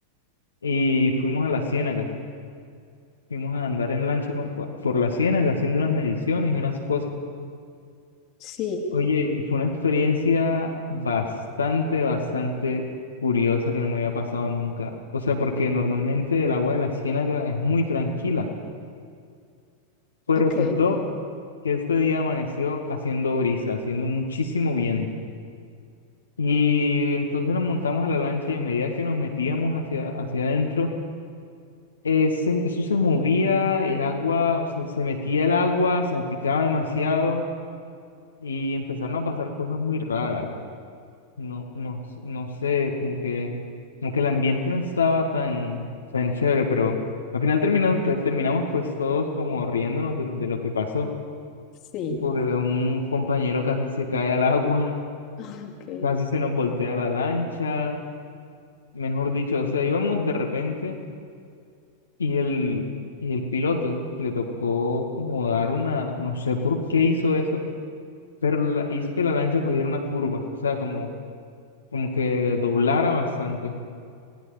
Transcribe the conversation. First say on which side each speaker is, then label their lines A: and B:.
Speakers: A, on the left; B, on the left.
A: y fuimos a la ciénaga, fuimos a andar en lancha con- por la ciénaga haciendo unas mediciones y unas cosas.
B: Sí,
A: Oye, y fue una experiencia bastante, bastante curiosa que no me había pasado nunca. O sea, porque normalmente el agua de la ciénaga es muy tranquila. Pues
B: ok,
A: resultó que este día amaneció haciendo brisa, haciendo muchísimo viento. Y entonces nos montamos a la lancha y a medida que nos metíamos hacia, hacia adentro, eh, se- eso se movía, el agua, o sea, se metía el agua, salpicaba demasiado y empezaron a pasar cosas muy raras. No, no, no sé, como que, como que el ambiente no estaba tan, tan chévere, pero al final terminamos, terminamos pues todos como riéndonos de, de lo que pasó,
B: sí,
A: porque un compañero casi se cae al agua,
B: <laughs> ok,
A: <laughs> casi se nos voltea la lancha, mejor dicho, o sea, íbamos de repente y el, y el piloto le tocó como dar una, no sé por qué hizo eso, pero la- hizo que la lancha cogiera una curva, o sea, como, como que doblara bastante.